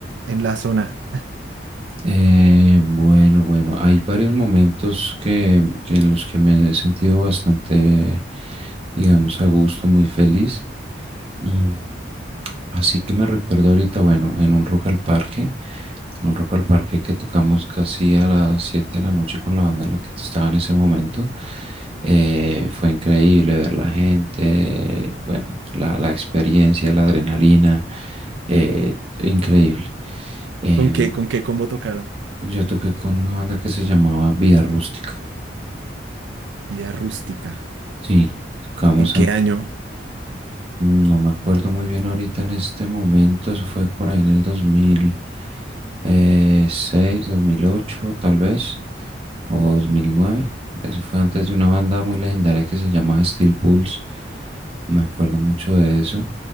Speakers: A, on the right (about 80°); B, on the right (about 30°).
A: en la zona?
B: eh, bueno, bueno, hay varios momentos que, que en los que me he sentido bastante, digamos, a gusto, muy feliz. Mm. Así que me recuerdo ahorita, bueno, en un Rock al Parque, en un Rock al Parque que tocamos casi a las 7 de la noche con la banda en la que estaba en ese momento. eh, fue increíble ver la gente, eh, bueno, la, la experiencia, la adrenalina, eh, increíble. Em,
A: ¿Con qué, con qué combo tocaron?
B: yo toqué con una banda que se llamaba Vía Rústica.
A: Vida rústica.
B: Sí, tocamos
A: ¿En qué año?
B: No me acuerdo muy bien ahorita en este momento, eso fue por ahí en el 2006, 2008 tal vez, o 2009. Eso fue antes de una banda muy legendaria que se llamaba Steel Pulse. Me acuerdo mucho de eso